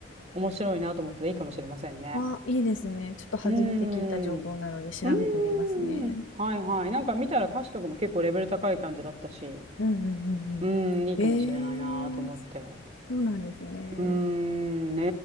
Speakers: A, on the right; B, on the left.
A: 面白いなと思ったらいいかもしれませんね。
B: あ、いいですね。ちょっと初めて聞いた情報なので調べてみますね。
A: うーん、うーん、はいはい。なんか見たら歌詞とかも結構レベル高い感じだったし、
B: うんうんうんうん。
A: うーん、いいかもしれないなと思って。
B: ええ、そうなんですね。
A: うーん、ね